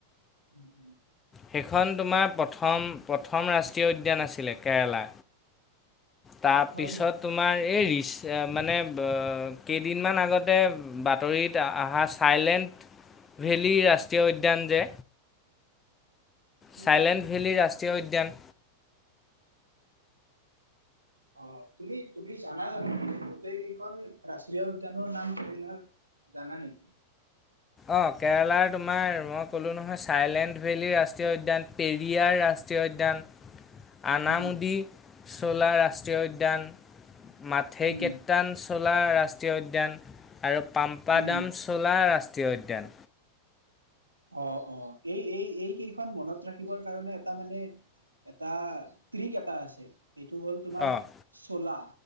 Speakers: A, on the right; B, on the left.
A: উম! হম!
B: সেইখন তোমাৰ প্ৰথম, প্ৰথম ৰাষ্ট্ৰীয় উদ্যান আছিলে, কেৰেলা। তাৰপিছত
A: হয় নেকি?
B: তোমাৰ এই ৰিচাৰ্ছ মানে কেইদিনমান আগতে, বাতৰিত অহা চাইলেণ্ট ভেলী, ৰাষ্ট্ৰীয় উদ্যান যে
A: উম,
B: চাইলেণ্ট ভেলি ৰাস্তা ৰাষ্ট্ৰীয় উদ্যান
A: আহ তুমি, তুমি জানা জানোঁ গোটেই কেইখন ৰাষ্ট্ৰীয় উদ্যানৰ নাম কৰিলা জানা নেকি?
B: অঁ কেৰেলাৰ তোমাৰ মই ক'লোঁ নহয় চাইলেণ্ট ভেলী ৰাষ্ট্ৰীয় উদ্যান, পেৰিয়াৰ ৰাষ্ট্ৰীয় উদ্যান আনামুদি
A: উম,
B: চলা ৰাষ্ট্ৰীয় উদ্যান। মথেই
A: উম,
B: কেইটান চলা ৰাস ৰাষ্ট্ৰীয় উদ্যান। আৰু পাম্পাাদাম
A: উম,
B: চলা ৰাস ৰাষ্টীয় উদ্যান।
A: অ অ এই এই এই কেইখন মনত ৰাখিবৰ কাৰণে এটা মানে এটা ট্ৰিক, এটা আছে। এইটো হ'ল তোমাৰ
B: অঁ
A: চোলা।